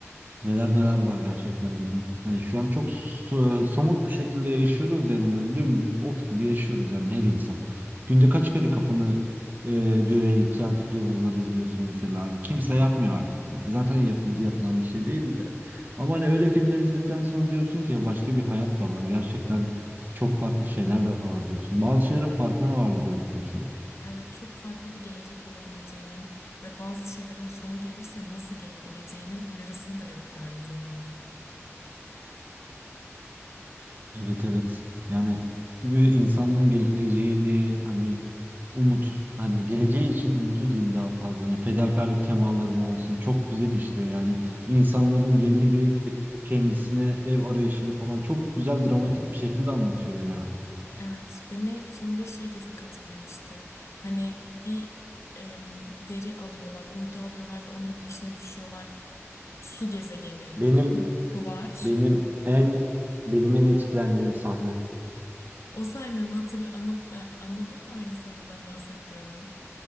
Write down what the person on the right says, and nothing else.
Neler neler var gerçekten dedim. Hani şu an çok so- somut bir şekilde yaşıyoruz yani böyle dümdüz ot gibi yaşıyoruz yani her insan. Günde kaç kere kafanı e, göğe yükseltip yıldızları izliyorsun mesela hani kimse yapmıyor artık. Zaten yapıl yapılan bir şey değil de. Ama hani öyle filmler izledikten sonra diyorsun ki ya başka bir hayat da var. Gerçekten çok farklı şeyler de var diyorsun. Bazı şeylerin farkına vardırıyor bu film sana.
Evet evet. Yani ve insanın geleceğini hani umut hani geleceği için umutu diyeyim daha fazla. Hani fedakarlık temalarını olsun. Çok güzel işliyor yani. insanların yeni bir kendisine ev arayışını falan çok güzel dramatik bir şekilde anlatıyor ya.
Benim
benim en benim en etkilendiğim sahne.